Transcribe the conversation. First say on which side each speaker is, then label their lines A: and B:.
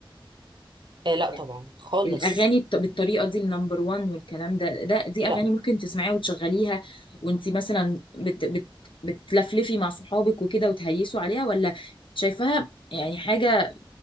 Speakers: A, on the right (about 55°); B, on the left (about 65°).
A: آه لا
B: يعني
A: طبعا خالص
B: الاغاني الط- بالطريقه دي النمبر وان والكلام ده ده دي
A: لا
B: اغاني ممكن تسمعيها وتشغليها وانت مثلا بت بت بتلفلفي مع صحابك وكده وتهيسوا عليها ولا شايفاها يعني حاجه